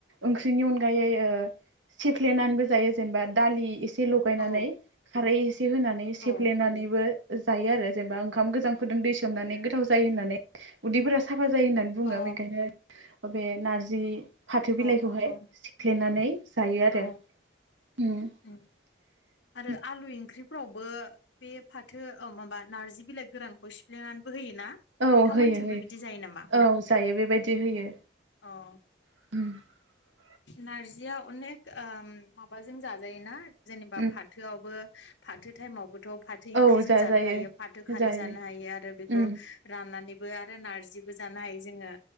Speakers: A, on the right; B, on the left.
A: ओंख्रिनि अनगायै ओ सेफ्लेनानैबो जायो जेनेबा दालि एसे लगायनानै
B: औ
A: खारै एसे होनानै सेफ्लेनानैबो
B: औ
A: ओ जायो आरो जेनेबा ओंखाम गोजां फोदों दै सोमनानै गोथाव जायोहोननानै उदैफोरा सा फा जायो होननानै बुङो
B: अ
A: मेनथायखोद ओबे नारजि फाथो बिलाइखौहाय
B: औ औ
A: सिख्लेनानै जायो आरो
B: औ
A: । हो
B: उम
A: ।
B: आरो आलु ओंख्रिफ्रावबो बे फाथो ओ माबा नारजि बिलाइ गोरानखौ सिफ्लेनान बो होयोना
A: औ
B: नोंथांमोननिथिमबो
A: होयो होयो
B: बिदि जायो नामा?
A: औ जायो बेबायदि होयो
B: अ ।
A: <unintelligible>
B: नारजिया अनेक ओम माबाजों जाजायोना जेनेबा
A: उम
B: फाथोआवबो फाथो थायमाव बोद थ फाथो
A: औ
B: ओंख्रि जों
A: जाजायो
B: जानो हायो फाथो खारै
A: जायो
B: जानो हायो आरो बेखौ
A: उम
B: राननानै बो आरो नारजिबो जानो हायो जोंयो